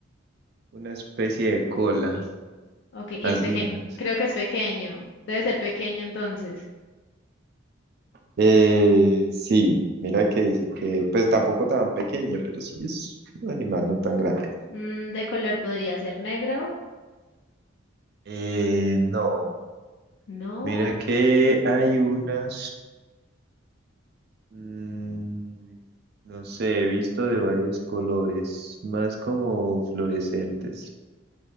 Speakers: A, on the right; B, on the left.
A: una especie de cola,
B: Ok, y
A: algunas.
B: es pequeño. Creo que es pequeño. Debe ser pequeño entonces.
A: Eh, sí, mira que dicen que pues tampoco tan pequeño, pero sí es un animal no tan grande.
B: Mm, ¿de color podría ser negro?
A: Eh, no,
B: No.
A: mira que hay unas, mm, no sé, he visto de varios colores, más como fluorescentes.